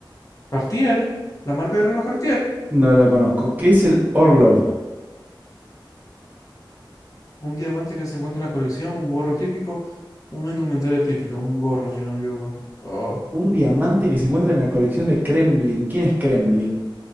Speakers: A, on the left; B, on the right.
A: Cartier, la marca de reloj Cartier.
B: No la conozco. ¿Qué es el Orlov?
A: Un diamante que se encuentra en la colección, un gorro típico, una indumentaria típica, un gorro, si no me equivoco. Oh.
B: Un diamante que se encuentra en la colección de Kremlin. ¿Quién es Kremlin?